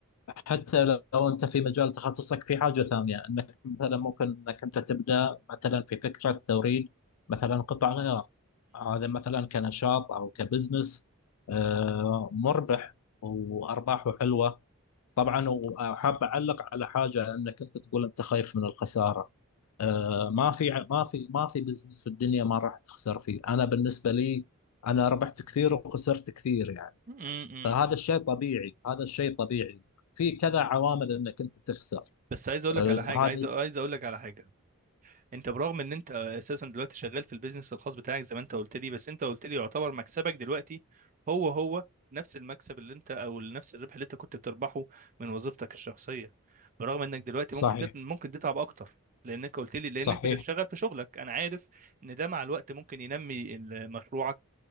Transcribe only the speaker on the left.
حتى لو انت في مجال تخصصك في حاجه ثانيه انك مثلا ممكن انك انت تبدا مثلا في فكره توريد مثلا قطع غيار هذا مثلا كنشاط او كبزنس آه، مربح وارباحه حلوه طبعا وحاب اعلق على حاجه انك انت تقول انت خايف من الخساره آه، ما في ما في ما في بزنس في الدنيا ما راح تخسر فيه انا بالنسبه لي انا ربحت كثير وخسرت كثير يعني
فهذا الشيء طبيعي هذا الشيء طبيعي في كذا عوامل انك انت تخسر
آه،
هذا
صحيح
صحيح